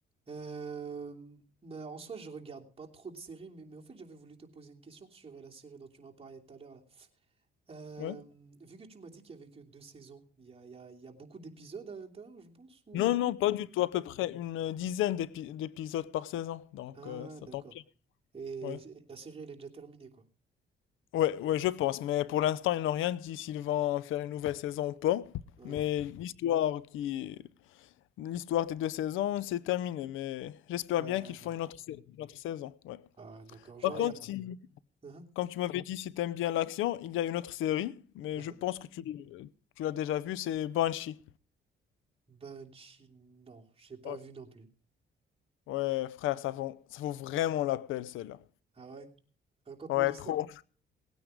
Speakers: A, on the right; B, on the left.
A: Euh, mais en soi, je regarde pas trop de séries, mais, mais en fait, j'avais voulu te poser une question sur euh, la série dont tu m'as parlé tout à l'heure, là. Euh,
B: Ouais.
A: vu que tu m'as dit qu'il y avait que deux saisons, il y a, il y a, il y a beaucoup d'épisodes à l'intérieur, je pense, ou
B: Non, non, pas
A: pas du
B: du
A: tout?
B: tout. À peu près une dizaine d'épi- d'épisodes par saison. Donc,
A: Ah,
B: euh, ça
A: d'accord.
B: t'empire.
A: Et,
B: Ouais.
A: et la série, elle est déjà terminée, quoi.
B: Ouais, ouais, je pense. Mais pour l'instant, ils n'ont rien dit s'ils vont faire une nouvelle saison ou pas.
A: Hein
B: Mais l'histoire qui, l'histoire des deux saisons, c'est terminé. Mais j'espère
A: Ah,
B: bien qu'ils font
A: d'accord.
B: une autre, sa- une autre saison. Ouais.
A: Ah, d'accord. Genre,
B: Par contre,
A: il y a...
B: si,
A: Hein
B: comme tu m'avais dit, si t'aimes bien l'action, il y a une autre série. Mais
A: Hein
B: je pense que tu, l'- tu l'as déjà vue, c'est Banshee.
A: Banshee, non, j'ai pas
B: Ouais.
A: vu non plus.
B: Ouais, frère, ça vaut, ça vaut vraiment la peine, celle-là.
A: Ah ouais? Raconte-moi
B: Ouais,
A: l'histoire.
B: trop.